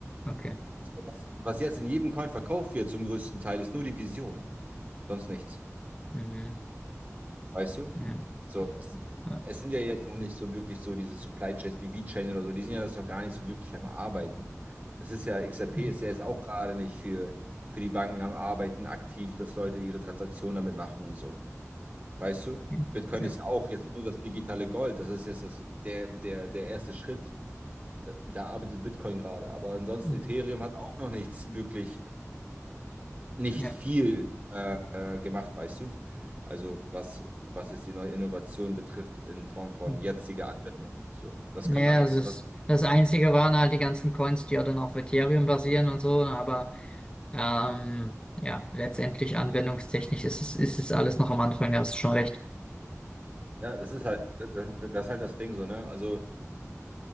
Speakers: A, on the left (about 20°); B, on the right (about 35°).
A: Okay.
B: Was was jetzt in jedem Coin verkauft wird zum größten Teil, ist nur die Vision, sonst nichts.
A: Mhm.
B: Weißt du?
A: Ja.
B: So, es,
A: Ja.
B: es sind ja jetzt noch nicht so wirklich so diese Supply Chains wie VeChain oder so, die sind ja das noch gar nicht so wirklich am Arbeiten. Das ist ja, XRP
A: Mhm.
B: ist ja jetzt auch gerade nicht für, für die Banken am Arbeiten aktiv, dass Leute ihre Transaktionen damit machen und so. Weißt du?
A: Ja.
B: Bitcoin
A: Ja.
B: ist ja auch jetzt nur das digitale Gold, das ist jetzt das, der, der, der erste Schritt. Da, da arbeitet Bitcoin gerade, aber ansonsten
A: Mhm.
B: Ethereum hat auch noch nichts wirklich nicht
A: Ja.
B: viel äh, äh, gemacht, weißt du? Also was, was jetzt die neue Innovation betrifft in Form von
A: Mhm.
B: jetziger Anwendung. So, das
A: Ja,
B: kommt alles.
A: das ist,
B: Das,
A: das Einzige waren halt die ganzen Coins, die ja dann auf Ethereum basieren und so, ne, aber Ähm, ja, letztendlich anwendungstechnisch ist es, ist es alles noch am Anfang, da hast du schon recht.
B: ja, das ist halt, äh, äh, das ist halt das Ding so, ne? Also